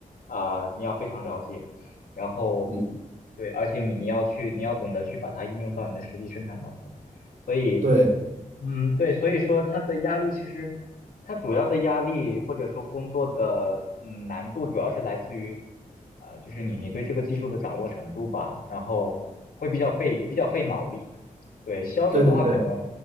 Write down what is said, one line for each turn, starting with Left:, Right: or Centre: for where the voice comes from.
Left: 啊，你要非常了解。然后，
Right: 嗯，
Left: 对，而且你你要去，你要懂得去把它应用到你的实际生产当中。所以，
Right: 对，
Left: 嗯，对，所以说它的压力其实，它主要的压力或者说工作的嗯难度主要是来自于，呃，就是你你对这个技术的掌握程度吧，然后会比较费比较费脑力。对，销售的话，
Right: 对对对，
Left: 可能